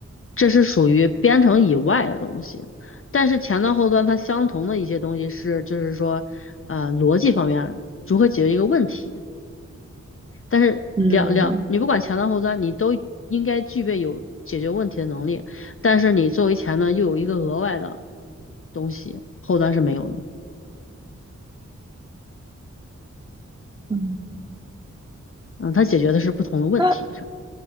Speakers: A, on the left; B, on the right.
A: 这是属于编程以外的东西。但是前端后端它相同的一些东西是，就是说，呃，逻辑方面如何解决一个问题。但是两两，
B: 嗯
A: 你不管前端后端，你都应该具备有解决问题的能力。但是你作为前端又有一个额外的东西，后端是没有的。
B: 嗯，
A: 嗯，它解决的是不同的问题，
B: 那
A: 是，